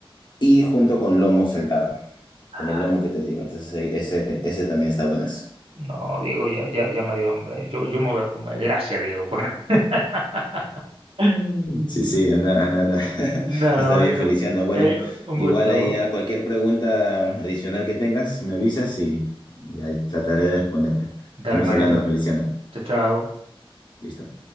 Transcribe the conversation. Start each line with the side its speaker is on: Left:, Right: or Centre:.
Left: y junto con lomo saltado,
Right: Ah,
Left: con el lomo que te digo. Entonces, eh, ese, ese también está buenazo.
Right: No, Diego, ya, ya, ya me dio hambre. Yo, yo me voy a comer. Gracias, Diego, por... <laughs> Mm.
Left: Sí, sí, anda, anda, anda. <laughs>
Right: Nada,
Left: Está
Right: manito.
Left: bien, Feliciano. Bueno,
Right: Eh, un
Left: igual
Right: gusto.
Left: ahí a cualquier pregunta adicional que tengas, me avisas y, y ahí trataré de responderte.
Right: Dale,
Left: Estamos
Right: manito.
Left: hablando, Feliciano.
Right: Chao, chao.
Left: Listo.